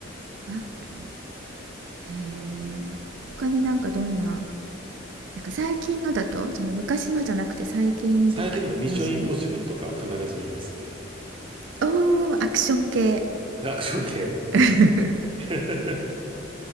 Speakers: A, on the right; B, on the right.
A: あとへえ他になんかどんななんか最近のだとその昔のじゃなくて最近とかってあります
B: さ最近のミッションインポッシブルとかは必ず見ますね。
A: おーアクション系
B: アクション系。
A: <laughs>
B: <laughs>